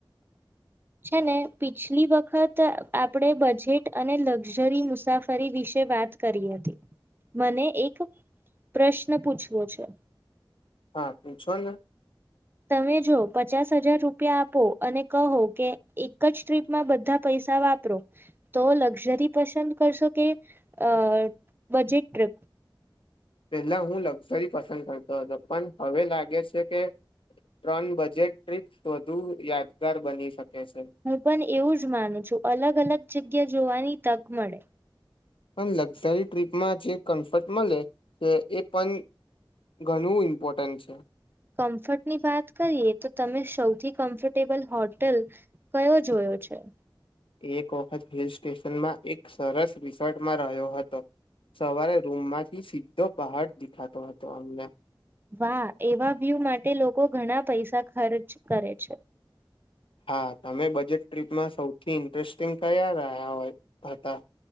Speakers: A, on the right; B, on the left.
A: છે ને પિછલી વખત આપણે બજેટ અને લક્ઝરી મુસાફરી વિશે વાત કરી હતી મને એક પ્રશ્ન પૂછવો છે?
B: હા પૂછો ને?
A: તમે જો પચાસ હજાર રૂપિયા આપો અને કહો કે એક જ ટ્રીપમાં બધા પૈસા વાપરો તો લક્ઝરી પસંદ કરશો કે અ બજેટ ટ્રીપ?
B: પેલા હું લક્ઝરી પસંદ કરતો હતો પણ હવે લાગે છે કે ત્રણ બજેટ ટ્રીપ વધુ યાદગાર બની શકે છે
A: હું પણ એવું જ માનું છું અલગ અલગ જ ગ્યા જોવાની તક મળે.
B: પણ લક્ઝરી ટ્રીપમાં જે કમ્ફર્ટ મળે છે એ પણ ઘણું ઇમ્પોર્ટન્ટ છે.
A: કમ્ફર્ટની વાત કરીએ તો તમે સૌથી કમ્ફર્ટેબલ હોટેલ કયો જોયો છે?
B: એક વખત હિલ સ્ટેશનમાં એક સરસ રિસોર્ટમાં રહ્યો હતો સવારે રૂમમાંથી સીધો પહાડ દિખાતો હતો અમને.
A: વાહ એવા વ્યૂ માટે લોકો ઘણા પૈસા ખર્ચ કરે છે.
B: આ તમે બજેટ ટ્રીપમાં સૌથી ઇન્ટરેસ્ટિંગ કયા રહ્યા હોય હતા?